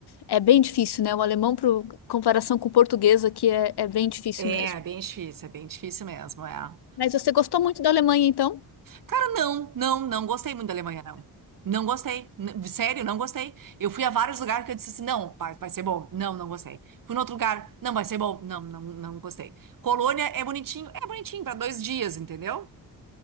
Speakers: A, on the left; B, on the right.
A: é bem difícil, né? O alemão, pro comparação com o português aqui, é, é bem difícil
B: É,
A: mesmo.
B: é bem difícil, é bem difícil mesmo, é. Ah,
A: Mas você gostou muito da Alemanha, então?
B: cara, não, não, não gostei muito da Alemanha, não. Não gostei, N- sério, não gostei. Eu fui a vários lugares que eu disse assim, não, vai, vai ser bom. Não, não gostei. Fui em outro lugar, não, vai ser bom. Não, não, não gostei. Colônia é bonitinho, é bonitinho para dois dias, entendeu?